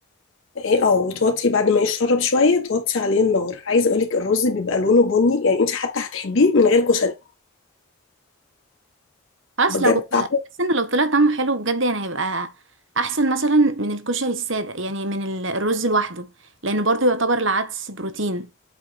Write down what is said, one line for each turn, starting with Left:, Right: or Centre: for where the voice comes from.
Left: ايه اه وتوطي بعد ما يشرب شويه توطي عليه النار عايز اقولك الرز بيبقى لونه بني يعني انت حتى هتحبيه من غير كشري
Right: خلاص
Left: بجد
Right: لو
Left: طعمه
Right: بس ان لو طلع طعمه حلو بجد يعني هيبقى احسن مثلا من الكشري الساده يعني من ال- الرز لوحده لانه برضو يعتبر العدس بروتين